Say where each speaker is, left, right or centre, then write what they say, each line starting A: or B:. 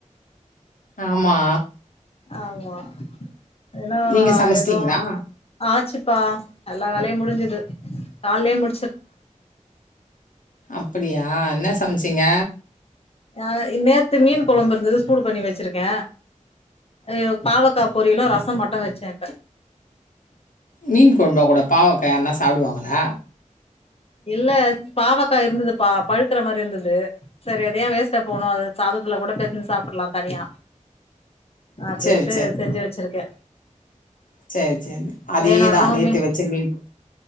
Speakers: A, on the left (about 90°); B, on the left (about 50°).
A: ஆமா
B: ஆமா ஏனா
A: நீங்க சமைச்சிட்டீங்களா?
B: எதோ ஆச்சுப்பா எல்லா வேலயு முடிஞ்சுது கால்லயே மு
A: அப்படியா என்ன சமச்சீங்க
B: அ நேத்து மீன் கெழம்பு இருந்தது சூடு பண்ணி வெச்சிருக்கே இ பாவக்கா பொரியலு ரசோ மட்டு வெச்சே இப்ப
A: மீன் கொழம்புல கூட பாவக்காய யாருனா சாப்டுவாங்ளா
B: இல்ல பாவக்காய் இருந்ததுபா பழுக்கற மாரி இருந்தது சரி அதயே வேஸ்ட்டா போணு அது சாதத்துல கூட பெசஞ்சு சாப்பிட்டர்லா தனியா அப்டின்ட்டு
A: சரி,
B: செஞ்சு வெச்சிருக்கே
A: செரி செரி அதேதா
B: வேணுன்றவங்க
A: நேத்து
B: மீ
A: வெச்ச மீன்